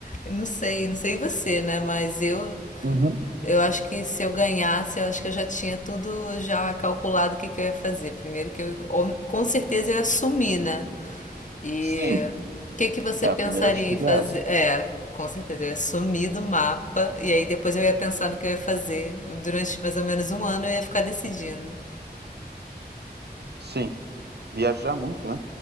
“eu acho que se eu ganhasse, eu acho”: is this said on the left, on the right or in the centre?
Left